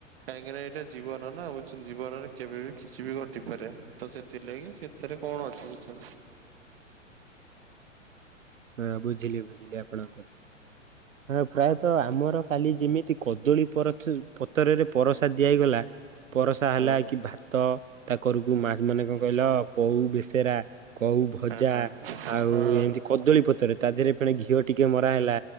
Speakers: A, on the right; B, on the right.
A: କାହିଁକିନା ଏଇଟା ଜୀବନ ନା ହଉଚି ଜୀବନରେ କେବେ ବି କିଛି ବି ଘଟିପାରେ ତ ସେଥିଲାଗି ସେ ଏଥିରେ କଣ ଅଛି ବୁ
B: ହଁ ବୁଝିଲି ବୁଝିଲି ଆପଣଙ୍କ ହଁ ପ୍ରାୟତଃ ଆମର କାଲି ଯେମିତି କଦଳୀ ପର ପତରରେ ପରସା ଦିଆ ହେଇଗଲା। ପରସା ହେଲା
A: ହଁ
B: କି ଭାତ ତା କରକୁ ମା ମାନେ କଣ କହିଲ କଉ ବେସେରା କଉ ଭଜା
A: ହଁ ହଁ ହଁ
B: ଆଉ
A: ହଁ
B: ଏମତି। କଦଳୀ ପତରେ ତା ଦେହରେ ଫେଣି ଘିଅ ଟିକେ ମରା ହେଲା